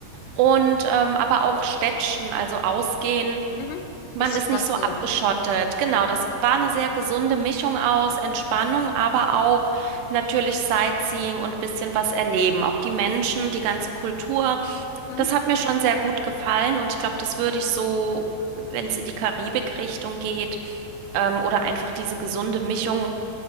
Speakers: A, on the right; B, on the left.
A: und ähm, aber auch Städtchen, also ausgehen.
B: mhm.
A: Man
B: Bisschen
A: ist nicht
B: was
A: so
B: sehen.
A: abgeschottet. Genau, das war eine sehr gesunde Mischung aus Entspannung, aber auch natürlich Sightseeing und bisschen was erleben. Auch die Menschen, die ganze Kultur.
B: Mhm.
A: Das hat mir schon sehr gut gefallen und ich glaube, das würde ich so, wenn es in die Karibik-Richtung geht, ähm, oder einfach diese gesunde Mischung